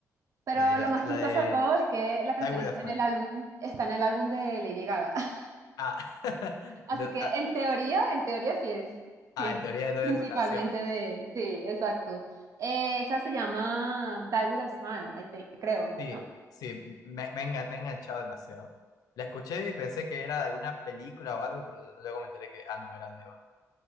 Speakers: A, on the right; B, on the left.
A: Pero
B: Eh,
A: lo
B: la,
A: más
B: la
A: chistoso
B: de
A: de todo es que la canción
B: Die With
A: está
B: A Smile.
A: en el álbum, está en el álbum de Lady Gaga. <laughs>
B: Ah, <laughs>
A: Así
B: entonces,
A: que
B: ah,
A: en teoría, en teoría sí es,
B: ah,
A: sí es
B: en teoría entonces
A: principalmente
B: es su canción.
A: de, sí, exacto. Eh, esa se llama Die With a Smile, I think- creo,
B: Sí,
A: ¿no?
B: sí, me, me, engan- me he enganchado demasiado. La escuché y pensé que era de alguna película o algo, pero luego me enteré que, ah, no, era nueva.